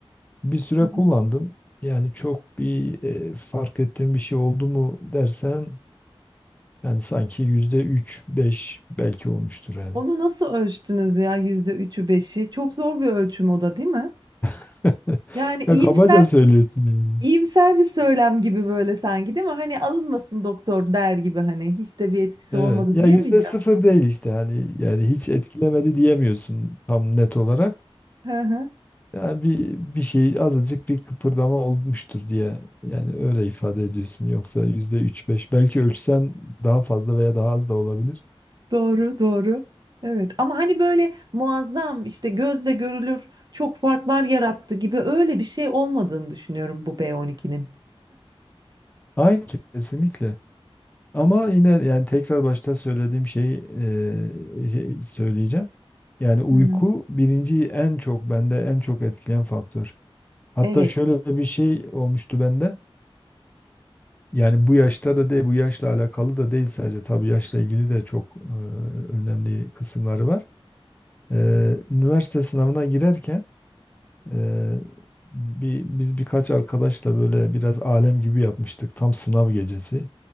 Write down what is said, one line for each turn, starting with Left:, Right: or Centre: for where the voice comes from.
Left: Bir süre
Right: hı hı.
Left: kullandım. Yani çok bir e, fark ettiğim bir şey oldu mu dersen yani sanki yüzde üç, beş belki olmuştur yani.
Right: Onu nasıl ölçtünüz ya yüzde üçü beşi? Çok zor bir ölçüm o da değil mi?
Left: <laughs>
Right: Yani
Left: Ya
Right: iyimser
Left: kabaca söylüyorsun yani.
Right: iyimser bir söylem gibi böyle sanki değil mi? Hani alınmasın doktor der gibi hani hiç de bir etkisi
Left: Evet.
Right: olmadı
Left: Ya
Right: diyemeyeceğim.
Left: yüzde sıfır değil işte hani yani hiç etkilemedi diyemiyorsun tam net olarak.
Right: <laughs>
Left: Yani bir bir şey azıcık bir kıpırdama olmuştur diye yani öyle ifade ediyorsun. Yoksa yüzde üç beş belki ölçsen daha fazla veya daha az da olabilir.
Right: Doğru, doğru. Evet ama hani böyle muazzam işte gözle görülür çok farklar yarattı gibi öyle bir şey olmadığını düşünüyorum bu B12'nin.
Left: Aynı kesinlikle. Ama yine yani tekrar başta söylediğim şeyi e, şey söyleyeceğim. Yani uyku
Right: Hı hı.
Left: birinci en çok bende en çok etkileyen faktör. Hatta
Right: Evet.
Left: şöyle bir şey olmuştu bende. Yani bu yaşta da değil, bu yaşla alakalı da değil sadece. Tabii yaşla ilgili de çok e, önemli kısımları var. E, üniversite sınavına girerken e, bir, biz birkaç arkadaşla böyle biraz alem gibi yapmıştık. Tam sınav gecesi.